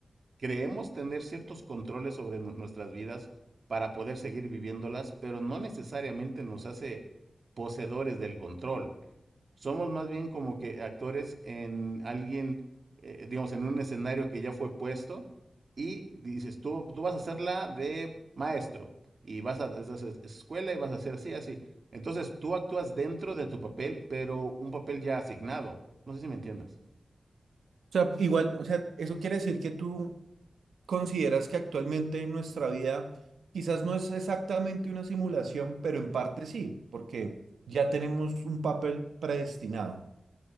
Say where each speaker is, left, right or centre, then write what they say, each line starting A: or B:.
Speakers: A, on the right; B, on the right.
A: creemos tener ciertos controles sobre nu- nuestras vidas para poder seguir viviéndolas, pero no necesariamente nos hace poseedores del control. Somos más bien como que actores en alguien, eh, digamos, en un escenario que ya fue puesto y dices, tú, tú vas a hacer la de maestro y vas a esa escuela y vas a hacer así, así. Entonces tú actúas dentro de tu papel, pero un papel ya asignado. No sé si me entiendas.
B: O sea, igual, o sea, eso quiere decir que tú consideras que actualmente en nuestra vida quizás no es exactamente una simulación, pero en parte sí, porque ya tenemos un papel predestinado.